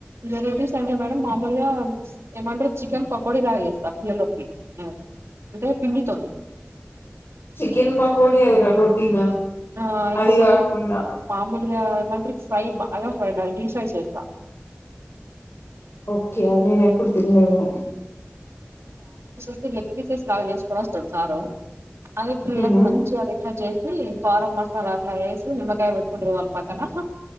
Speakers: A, on the right; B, on the left.
A: వెరైటీస్ అంటే మేడం మామూలుగా ప్చ్ ఏమంటరు చికెన్ పకోడిలా చేేస్తా పిల్లలోకి అంటే. పిండితోని
B: చికెన్ పకోడి అది రొటీన్
A: ఆ ఇకపోతే
B: అది కాకుండా
A: మామూలుగా ఏమంటరుఫ్రై బాగా ఫ్రైడ్ అయి. ప్రై చేస్తా
B: ఓకే అది నేను ఎప్పుడు లేదు
A: స విస్లా సార అద పిల్లకి
B: ఉహు
A: మంచి అరిఫ చేస్త ఇ బారం మసాల అట్లా వేసి నిమ్మకాయ పెట్టుకుంటారు వాళ్ళు పక్కన